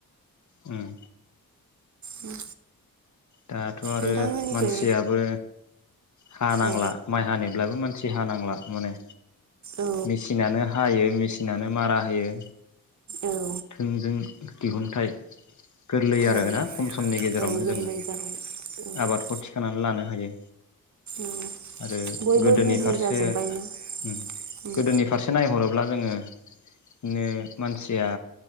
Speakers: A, on the left; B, on the right.
A: उम।
B: उम।
A: दाथ' आरो
B: नोंथांमोननिखै
A: मानसियाबो हानांला
B: औ
A: माइ हानोब्लाबो मानसि हानांला। माने।
B: औ
A: मेचिनानो हायो मेचिनानो मारा होयो
B: औ।
A: थोंजों दिहुनथाइ गोरलै आरो
B: औ
A: ना खम समनि गेजेरावनो
B: औ गोरलै
A: जोङो
B: जाबाय औ
A: आबादखौ थिखांनानै लानो हायो।
B: औ
A: आरो
B: बयबो
A: गोदोनि
B: बिजि
A: फारसे
B: जाजोब्बायना
A: उम
B: उम
A: गोदोनि फारसे नायहरोब्ला जोङो बिनो मानसिया